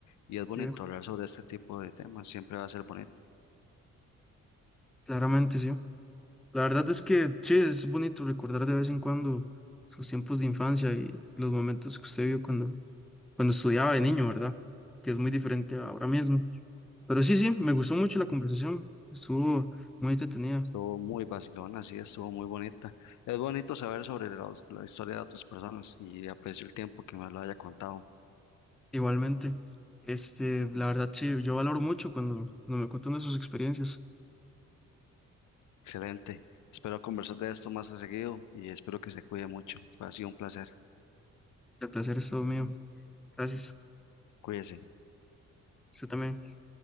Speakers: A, on the left; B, in the centre.
A: Y es bonito
B: Sí,
A: hablar sobre este tipo de temas, siempre va a ser bonito.
B: claramente sí. La verdad es que sí, es bonito recordar de vez en cuando sus tiempos de infancia y los momentos que usted vio cuando, cuando estudiaba de niño, ¿verdad? Que es muy diferente a ahora mismo. Pero sí, sí, me gustó mucho la conversación. Estuvo muy entretenida.
A: Estuvo muy vacilona, sí, estuvo muy bonita. Es bonito saber sobre los- la historia de otras personas y aprecio el tiempo que me lo haya contado.
B: Igualmente, este, la verdad sí, yo valoro mucho cuando, cuando me cuentan de sus experiencias.
A: Excelente. Espero conversar de esto más a seguido y espero que se cuide mucho. Ha sido un placer.
B: El placer es todo mío. Gracias.
A: Cuídese.
B: Usted también.